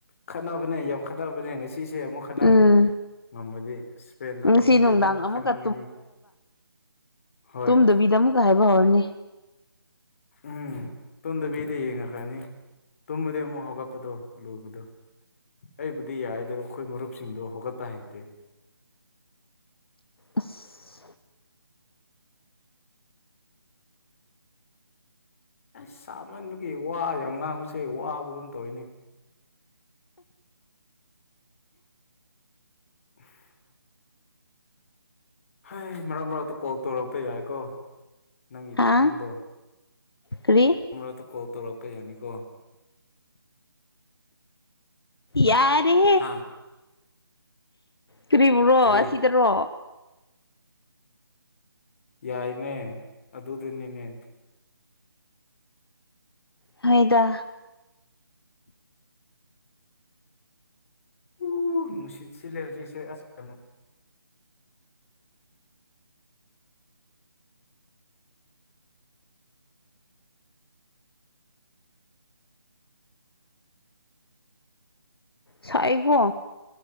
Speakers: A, on the left (about 35°); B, on the left (about 80°).
A: ꯈꯠꯅꯕꯅꯦ ꯌꯥꯝꯈꯠꯅꯕꯅꯦ ꯉꯁꯤꯁꯦ ꯑꯃꯨꯛ꯫ ꯈꯠꯅꯒꯅꯤ
B: ꯎꯝ
A: ꯉꯝꯃꯗꯤ ꯏꯁꯄꯦꯟꯗꯣ
B: ꯉꯁꯤ
A: ꯉꯝꯃꯗꯤ
B: ꯅꯨꯡꯗꯥꯡ
A: ꯑꯃꯨꯛ
B: ꯑꯃꯨꯛꯀ
A: ꯈꯠꯅꯒꯅꯤ꯫ ꯍꯣꯏ
B: ꯑꯗꯨꯕꯤꯗ ꯑꯃꯨꯛꯀ ꯍꯥꯏꯕ ꯍꯧꯔꯅꯤ꯫
A: ꯎꯝ ꯇꯨꯝꯗꯕꯤꯗ ꯌꯦꯉ ꯀꯅꯤ꯫ ꯇꯨꯝꯃꯗꯤ ꯑꯃꯨꯛ ꯍꯧꯒꯠꯄꯗꯣ ꯂꯨꯕꯗꯣ꯫ ꯑꯩꯕꯨꯗꯤ ꯌꯥꯏ ꯑꯗꯣ ꯑꯈꯣꯏ ꯃꯔꯨꯞꯁꯤꯡꯗꯣ ꯍꯧꯒꯠꯄ ꯍꯩꯇꯦ꯫
B: ꯑꯁ
A: ꯑꯁ ꯁꯥꯃꯟꯕꯒꯤ ꯋꯥ ꯌꯥꯝ ꯉꯥꯡꯕꯁꯦ ꯋꯥꯕꯒꯨꯝ ꯇꯧꯋꯤꯅꯦ꯫ <unintelligible> ꯍꯩ ꯃꯔꯛ ꯃꯔꯛꯇ ꯀꯣꯜ ꯇꯧꯔꯛꯄ ꯌꯥꯏꯀꯣ ꯅꯪꯒꯤ
B: ꯍꯥ
A: ꯅꯪꯗꯣ꯫
B: ꯀꯔꯤ
A: ꯃꯔꯛ ꯀꯣꯜ ꯇꯧꯔꯛꯄ ꯌꯥꯅꯤꯀꯣ꯫
B: ꯌꯥꯔꯦ
A: ꯍꯥ
B: ꯀꯔꯤꯕꯨꯔꯣ
A: ꯀꯔꯤ
B: ꯑꯁꯤꯗꯔꯣ
A: ꯌꯥꯏꯅꯦ ꯑꯗꯨꯗꯅꯤꯅꯦ
B: ꯐꯣꯏꯗ
A: ꯑꯣ ꯅꯨꯡꯁꯤꯠ ꯁꯤ ꯂꯩꯔꯗꯤꯁꯦ ꯑꯁ ꯀꯩꯌꯝ
B: ꯁꯥꯏ ꯑꯦꯒꯣ